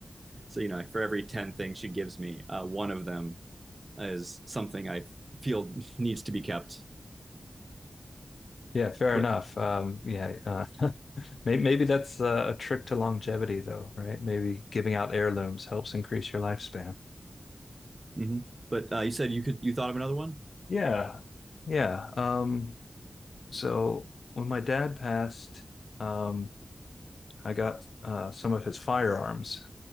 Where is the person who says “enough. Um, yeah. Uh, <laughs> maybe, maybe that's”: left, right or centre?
Left